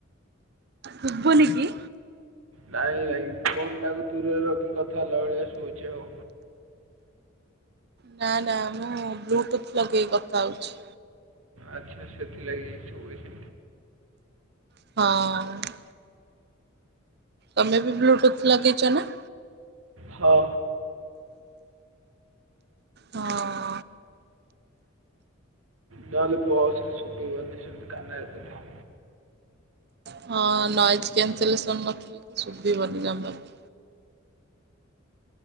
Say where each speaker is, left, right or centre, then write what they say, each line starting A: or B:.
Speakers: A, on the right; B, on the right.
A: ଶୁଭୁନି କି?
B: ନାଇଁ ନାଇଁ ଫୋନଟାକୁ ଦୂରରେ ରଖି କଥା ହେଲା ଭଳିଆ ଶୁଭୂଚି ଆଉ
A: ନା ନା ମୁଁ ବ୍ଲୁଟୁଥ ଲଗେଇକି କଥା ହଉଛି।
B: ଆଚ୍ଛା ସେଥିଲାଗି ଶୁଭୁଚି।
A: ହଁ। ତମେ ବି ବ୍ଲୁଟୁଥ ଲଗେଇଛ ନା?
B: ହଁ।
A: ହଁ।
B: ନହେଲେ ବସରେ ସୁଭିବନି ସେମିତି କାନରେ ଦେଲେ।
A: ହଁ ନଏଜ୍ କିୟାନସ୍ଲେସନ୍ ନଥିଲେ, ସୁଭିବନି ଯମାରୁ।